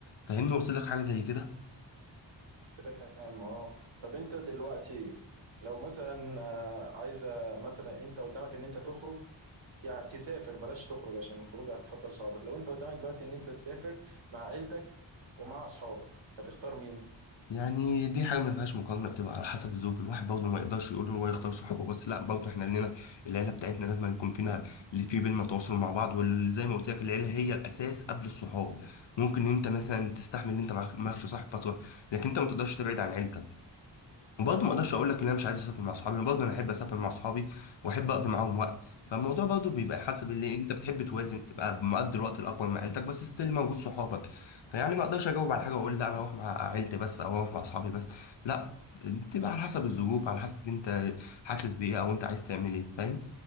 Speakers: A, on the left; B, on the right.
A: فاهمني وصل لك حاجه زي كده
B: فاهم اه طب انت دلوقتي لو مثلا آه، عايزه مثلا انت قدامك ان انت تخرج يعني تسافر بلاش تخرج عشان الخروج هتفضل صحابك لو انت قدامك دلوقتي ان انت تسافر مع عيلتك ومع اصحابك هتختار مين
A: يعني دي حاجه ما فيهاش مقارنه بتبقى على حسب الظروف الواحد برضه ما يقدرش يقول له هو يختار صحابه بس لا برضه احنا لينا العيله بتاعتنا لازم يكون فينا في بينا تواصل مع بعض وزي ما قلت لك العيله هي الاساس قبل الصحاب ممكن انت مثلا تستحمل ان انت معك- معكش صاحب فتره لكن انت ما تقدرش تبعد عن عيلتك وبرضه ما اقدرش اقول لك ان انا مش عايز اسافر مع اصحابي برضه انا احب اسافر مع اصحابي واحب اقضي معاهم وقت فالموضوع برضه بيبقى حسب اللي انت بتحب توازن تبقى مقضي الوقت الاكبر مع عيلتك بس ستيل موجود صحابك فيعني ما اقدرش اجاوب على حاجه واقول لا انا اروح مع عيلتي بس او اروح مع اصحابي بس لا بتبقى على حسب الظروف على حسب انت حاسس بايه او انت عايز تعمل ايه فاهم